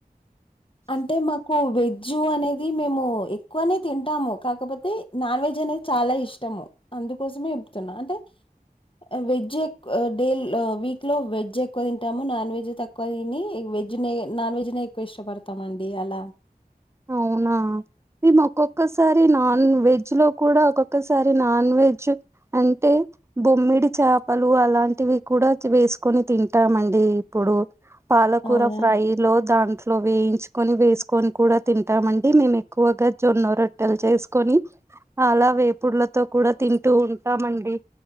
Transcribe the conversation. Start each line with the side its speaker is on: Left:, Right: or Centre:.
Left: అంటే మాకు వెజ్ అనేది మేము ఎక్కువనే తింటాము కాకపోతే నాన్ వెజ్ అనేది చాలా ఇష్టము అందుకోసమే ఇబతున్నా అంటే ఆ వెజ్ ఎక్ డే వీక్ లో వెజ్ ఎక్కువ తింటాము నాన్ వెజ్ తక్కువ తిని వెజ్ నే నాన్ వెజ్ నే ఎక్కువ ఇష్టపడతామండి అలా
Right: అవునా మేము ఒక్కొక్కసారి నాన్ వెజ్ లో కూడా ఒక్కొక్కసారి నాన్ వెజ్ అంటే బొమ్మిడి చాపలు అలాంటివి కూడా వేసుకొని తింటామండి ఇప్పుడు పాలకూర
Left: అవునా?
Right: ఫ్రై లో దాంట్లో వేయించుకొని వేసుకొని కూడా తింటామన్ డి మేము ఎక్కువగా జొన్న రొట్టెలు చేసుకొని అలా వేపుడులతో కూడా తింటూ ఉంటామండి